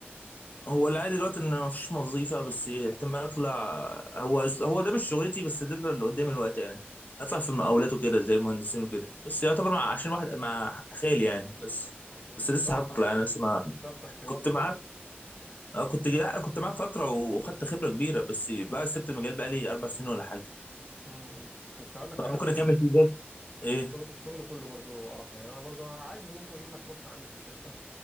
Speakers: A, on the left; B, in the centre.
A: هو العادي دلوقتي ان مفيش وظيفه بس احتمال اطلع هو هو ده مش شغلتي بس ده اللي قدامي الوقت يعني اطلع في المقاولات وكده زي المهندسين وكده بس يعتبر مع عشان واحد مع خالي يعني بس
B: مم،
A: بس
B: الشفط
A: لسه هطلع انا لسه ما
B: الشفط اشتباطه
A: كنت معاه
B: كده
A: أنا كنت لا أنا كنت معاه فترة وخدت خبرة كبيرة بس بقى سبت المجال بقى لي أربع سنين ولا حاجة
B: مم. بس هقول لك
A: بقى
B: حاجه
A: ممكن أكمل فيه بجد إيه
B: الشغل كله برضو قرف يعني انا برضو عادي ممكن اجيب لك فرصه عندي في الشركه